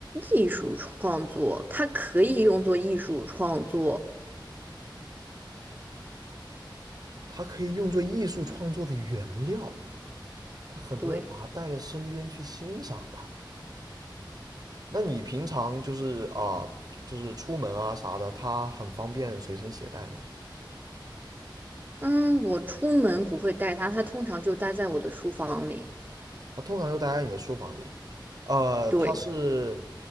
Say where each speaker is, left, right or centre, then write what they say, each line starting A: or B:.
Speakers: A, on the right; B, on the right.
A: 艺术创作它可以用作艺术创作。
B: 它可以用作艺术创作的原料，它很多人把它带在身边去欣赏它。
A: 对，
B: 那你平常就是啊、就是出门啊啥的，它很方便随身携带吗？
A: 嗯，我出门不会带它，它通常就待在我的书房里。
B: 它通常就待在你的书房里。呃，
A: 对，
B: 它是